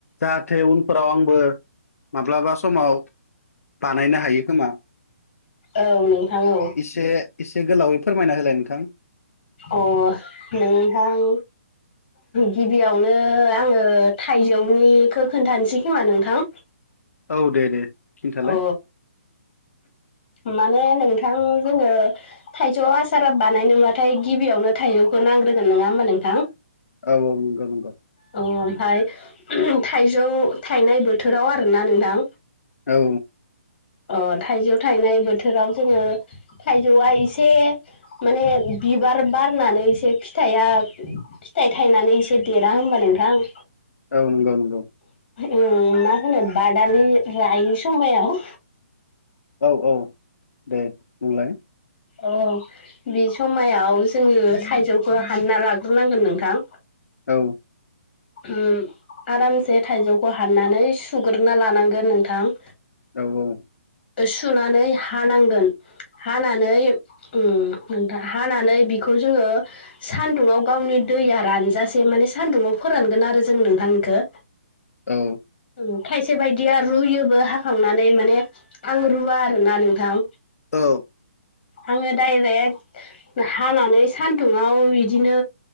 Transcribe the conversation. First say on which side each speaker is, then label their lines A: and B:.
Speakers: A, on the left (about 80°); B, on the left (about 35°).
A: जाहाथे उनफोराव आंबो माब्लाबा समाव बानायनो हायो खोमा।
B: औ नोंथां औ।
A: एसे एसे गोलावै फोरमायना होलाय नोंथां।
B: अ नोंथां गिबियावनो आङो थाइजौनिखौ खोन्थानोसै खोमा नोंथां
A: औ दे दे खिन्थालाय
B: अ माने नोंथां जोङो थाइजौ आसारा बानायनोबाथाय गिबियावनो थाइजौखौ नांग्रोगोन नङा होमबा नोंथां?
A: औ औ नंगौ नंगौ
B: अ ओमफ्राय थाइजौ थाइनाय बोथोराव आरोना नोंथां
A: औ
B: अ थाइजौ थाइनाय बोथोराव जोङो थाइजौआ एसे माने बिबार बारनानै एसे फिथाइया फिथाइ थायनानै एसे देरा होनोमबा नोंथां?
A: औ नंगौ
B: ओ मा होनो बादालि रायै समायाव
A: औ औ दे बुंलाय
B: अ बे समायाव जोङो थाइजौखौ हानना लाग्रोनांगोन नोंथां।
A: औ
B: ओ आरामसे थाइजौखौ हाननानै सुग्रोना लानांगोन नोंथां।
A: औ औ
B: सुनानै हानांगोन हानानै उम नोंथां हानानै बिखौ जोङो सान्दुङाव गावनि दैया रानजासे माने सान्दुंआव फोरानगोन आरो जों नोंथां इखो।
A: औ।
B: उम खायसे बायदिया रुयोबो हाखावनानै माने आं रुवा आरोना नोंथां।
A: औ।
B: आङो डाइरेक्ट हानानै सान्दुंआव इदिनो